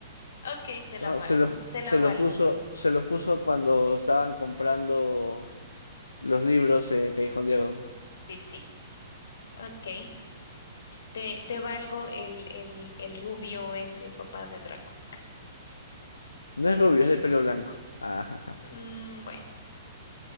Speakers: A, on the left; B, on the left.
A: Ok, te la
B: ¿no?
A: valgo,
B: Se lo,
A: te la
B: se
A: valgo.
B: lo puso, se lo puso cuando estaban comprando los libros en Callejón Diego.
A: Sí, sí. Ok, te, te valgo el, el, el rubio ese papá de Draco.
B: No es rubio, es de pelo blanco. Ajá, ajá.
A: Mm, bueno,